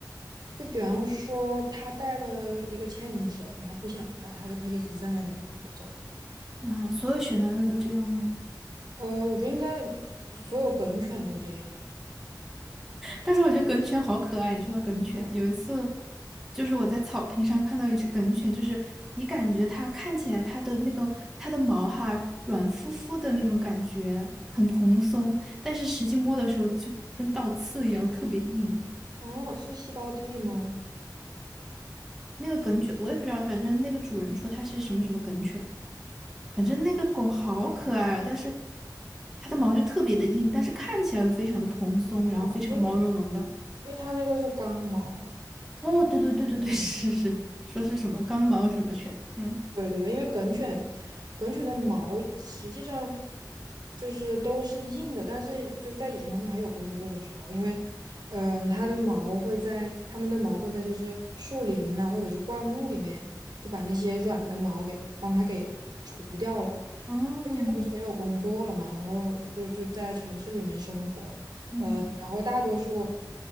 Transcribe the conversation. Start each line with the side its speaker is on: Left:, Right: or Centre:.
Right: 就比方说它带了一个牵引绳，它不想带，它就可以一直在那个地方不走。
Centre: 嗯，所有雪纳瑞都这样吗？
Right: 呃，我觉得应该所有梗犬都这样。
Centre: 但是我觉得梗犬好可爱。你说到梗犬，有一次就是我在草坪上看到一只梗犬，就是你感觉它看起来它的那个它的毛哈软乎乎的那种感觉，很蓬松，但是实际摸的时候就跟倒刺一样的特别硬。
Right: 哦，是西高地吗？
Centre: 那个梗犬，我也不知道，反正那个主人说它是什么什么梗犬，反正那个狗好可爱啊，但是它的毛就特别的硬，但是看起来又非常的蓬松，
Right: 哦，
Centre: 然后非常毛茸茸的。
Right: 因为因为它那个是刚毛，
Centre: 哦，对对对对对，<laughs> 是是，说是什么刚毛什么犬，嗯，
Right: 对对对，因为梗犬，梗犬的毛实际上就是都是硬的，但是就是在以前他们还有工作的时候，因为嗯，它的毛会在它们的毛会在就是树林呐、或者是灌木里面，就把那些软的毛给帮它给除掉了，
Centre: 哦，
Right: 现在不是没有工作了嘛，然后就就在城市里面生活，
Centre: 嗯，
Right: 呃，然后大多数